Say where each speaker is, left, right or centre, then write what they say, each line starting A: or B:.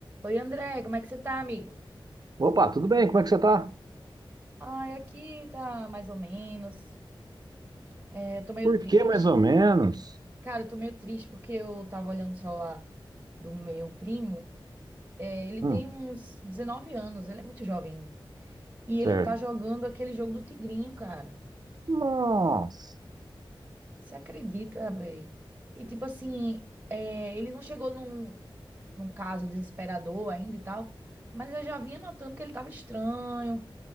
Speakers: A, on the right; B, on the right.
A: Oi, André, como é que você tá, amigo?
B: Opa, tudo bem? Como é que você tá?
A: Ai, aqui tá mais ou menos. É, eu tô meio
B: Por
A: triste.
B: que mais ou menos?
A: Cara, eu tô meio triste porque eu tava olhando o celular do meu primo. É, ele
B: Hum,
A: tem uns 19 anos, ele é muito jovem ainda. E
B: certo.
A: ele tá jogando aquele jogo do Tigrinho, cara.
B: Nossa,
A: Você acredita, véi? E tipo assim, é, ele não chegou num, num caso desesperador ainda e tal, mas eu já vinha notando que ele tava estranho,